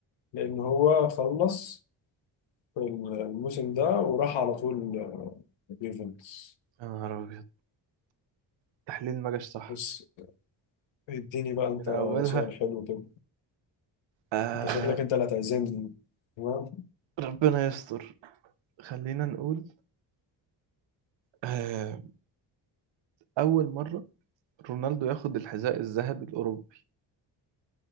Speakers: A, on the left; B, on the right.
A: لأن هو خلص الموسم ده وراح على طول آه، يوفنتوس
B: يا نهار أبيض التحليل ما جاش صح
A: بص اديني بقى أنت
B: من أولها
A: سؤال حلو كده
B: آه...
A: أنت شكلك أنت اللي هتعزمني تمام
B: ربنا يستر خلينا نقول آه... أول مرة رونالدو ياخد الحذاء الذهبي الأوروبي